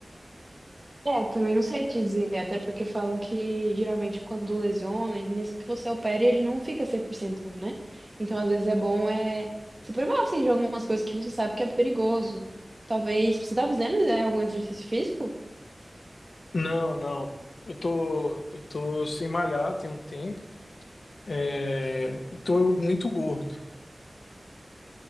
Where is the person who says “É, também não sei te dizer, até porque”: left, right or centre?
Right